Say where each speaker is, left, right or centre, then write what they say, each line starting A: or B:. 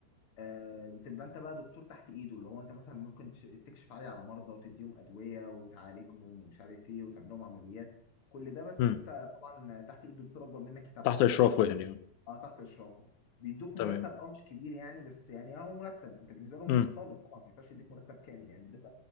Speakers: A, on the left (about 50°); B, on the left (about 85°).
A: آه بتبقى انت بقى دكتور تحت ايده اللي هو انت مثلا ممكن تش- تكشف عليه على مرضى وتديهم ادويه وتعالجهم ومش عارف ايه وتعمل لهم عمليات كل ده بس
B: امم
A: انت طبعا تحت ايد دكتور اكبر منك يتابعك
B: تحت اشرافه يعني اه.
A: اه تحت اشرافه بيدوك
B: تمام
A: مرتب اه مش كبير يعني بس يعني اهو مرتب انت بالنسبه لهم
B: امم
A: لسه طالب طبعا ما ينفعش يديك مرتب كامل يعني بيديك